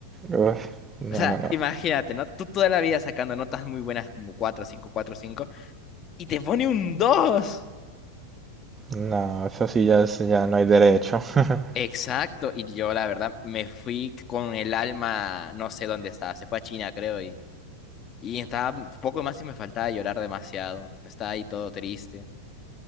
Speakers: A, on the right; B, on the left.
A: uf, no,
B: O sea,
A: no, no.
B: imagínate, ¿no? Tú toda la vida sacando notas muy buenas como cuatro, cinco, cuatro, cinco. Y te pone un dos.
A: No, eso sí ya es- ya no hay derecho. <laughs>
B: Exacto. Y yo, la verdad, me fui con el alma, no sé dónde estaba. Se fue a China, creo. Y, y estaba poco más y me faltaba llorar demasiado. Estaba ahí todo triste.